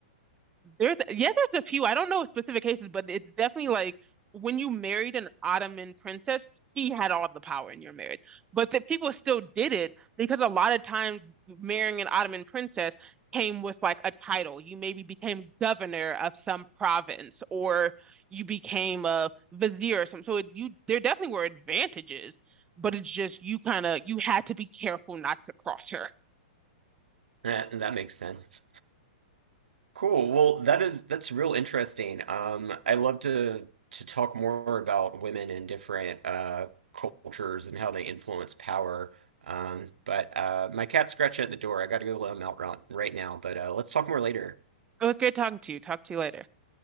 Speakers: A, on the right (about 15°); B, on the right (about 80°).
A: There's yeah, there's a few. I don't know specific cases, but it's definitely like when you married an Ottoman princess, he had all the power in your marriage. But that people still did it because a lot of times marrying an Ottoman princess came with like a title. You maybe became governor of some province or you became a vizier or something. So it, you there definitely were advantages, but it's just you kind of you had to be careful not to cross her.
B: That that makes sense. Cool. Well, that is that's real interesting. Um, I love to to talk more about women in different uh, cultures and how they influence power. Um, but uh, my cat's scratching at the door. I got to go let him out ri- right now. But uh, let's talk more later.
A: It was good talking to you. Talk to you later.